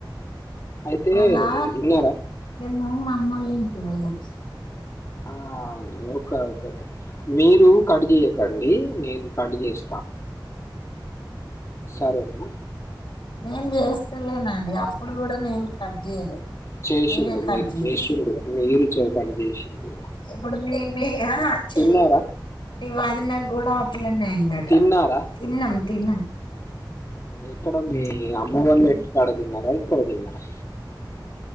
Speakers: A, on the left (about 35°); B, on the left (about 70°).
A: అయితే
B: అలా
A: విన్నారా
B: మేము మామ్మోల్లింటికి పోయి వచ్చినాం
A: ఆ ఓకే మీ మీరు కట్ చేయకండి నేను కట్ చేస్తా సరేనా
B: నేను చేస్తలేనండి. అప్పుడు కూడా నేను కట్ చేయలే.
A: చేసిండు
B: మీరే కట్
A: మీరు
B: చేసారు.
A: చేసిండు మీరు చే కట్ చేసిండు
B: ఇప్పుడు మీ మీ యా చెల్లి
A: తిన్నారా
B: కొడుకు మీ వదిన కూడా అట్లనే అయిందట.
A: తిన్నారా
B: తిన్నాం. తిన్నా.
A: ఎక్కడ మీ అమ్మ వాళ్ళ ఇంటి కాడ తిన్నారా? ఇక్కడ తిన్నారా?